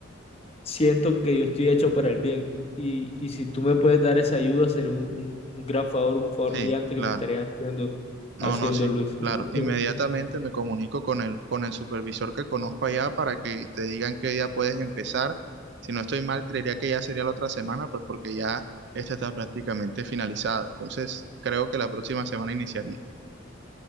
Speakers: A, on the left; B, on the right.
A: siento que yo estoy hecho para el bien. Y, y si tú me puedes dar esa ayuda, sería un, un un gran favor, un favor
B: Sí,
A: gigante
B: claro.
A: que me estarías haciendo,
B: No,
A: haciendo
B: no, sí,
A: Luis.
B: claro.
A: Entonces.
B: Inmediatamente me comunico con el, con el supervisor que conozco allá para que te digan que ya puedes empezar. Si no estoy mal, creería que ya sería la otra semana, pues porque ya esta está prácticamente finalizada. Entonces, creo que la próxima semana iniciaría.